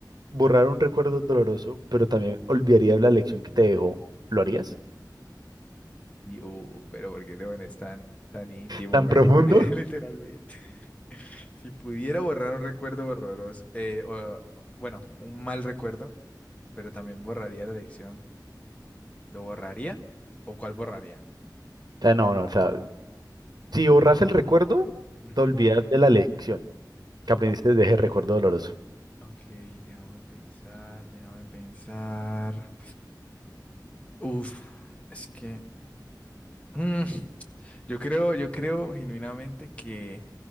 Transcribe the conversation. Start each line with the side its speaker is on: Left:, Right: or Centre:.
Right: borrar un recuerdo doloroso, pero también olvidarías la lección que te dejó, ¿lo harías?
Left: Y, uh, pero ¿por qué te pones tan, tan íntimo,
Right: ¿Tan
Left: weón?
Right: profundo?
Left: <laughs> Literalmente.
Right: <laughs>
Left: Si pudiera borrar un recuerdo borroso, eh, o, o- bueno, un mal recuerdo, pero también borraría la lección, ¿lo borraría? ¿O cuál borraría?
Right: O sea, no, no, o sea, si borras el recuerdo,
Left: Ujú.
Right: te olvidas de la lección. que aprendiste de ese recuerdo doloroso?
Left: Ok, déjame pensar, déjame pensar. Uf, es que mm, yo creo, yo creo genuinamente que,